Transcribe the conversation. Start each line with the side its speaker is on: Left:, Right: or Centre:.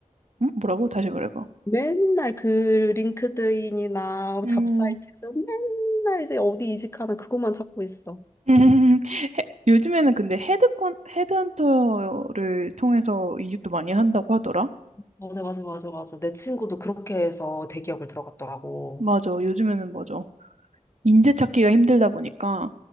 Right: 음? 뭐라고? 다시 말해봐.
Left: 맨날 그 링크드인이나
Right: 음,
Left: 잡사이트에서
Right: 음,
Left: 맨날 이제 어디 이직하나 그것만 찾고 있어.
Right: <laughs> 해- 요즘에는 근데 헤드컨, 헤드헌터를 통해서 이직도 많이 한다고 하더라?
Left: 맞아, 맞아, 맞아, 맞아. 내 친구도 그렇게 해서 대기업을 들어갔더라고.
Right: 맞아, 요즘에는 맞아. 인재 찾기가 힘들다 보니까